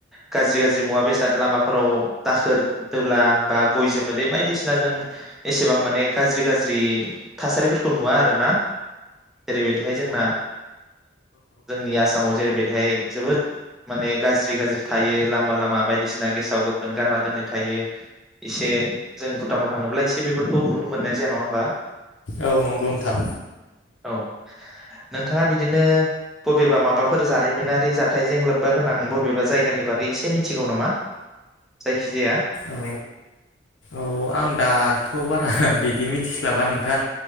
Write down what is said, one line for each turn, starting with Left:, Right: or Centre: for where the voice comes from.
Centre: गाज्रि गाज्रि मुवा बेसाद लामाफोराव दाखोर दौला बा गय जोमोदै बायदिसिना जों एसेबां माने गाज्रि गाज्रि थासारिफोरखौ नुवा आरोना जेरैबायदिहाय जोंना जोंनि आसामाव जेरैबायद बेहाय जोबोद माने गाज्रि गाज्रि थायो लामा लामा बायदिसिना गेसाव गोफोन गारना दोननाय थायो एसे जों भुटानाव थाङोब्ला एसे बेफोरखौ नुनो मोननाय जाया नङा होमबा।
Left: औ नंगौ नोंथां
Centre: औ नोंथाङा बिदिनो। बबेबा माबाफोर जारिमिनारि जाथायजों लोब्बा गोनां बबेबा जायगानि बागै एसे मिथिगौ नामा जायखिजाया।
Left: औ औ आं दाथ बारा बिदि मिथिस्लाबा नों।